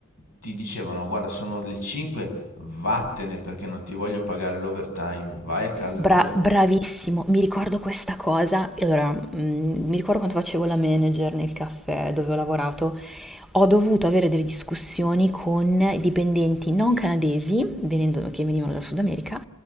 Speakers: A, on the left; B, in the centre.
A: ti dicevano guarda sono le 5, vattene perché non ti voglio pagare l'overtime, vai a casa
B: Bra-
A: tua.
B: bravissimo, mi ricordo questa cosa. E Allora, mm, mi ricordo quando facevo la manager nel caffè dove ho lavorato Ho dovuto avere delle discussioni con i dipendenti non canadesi, venendo- che venivano dal Sud America,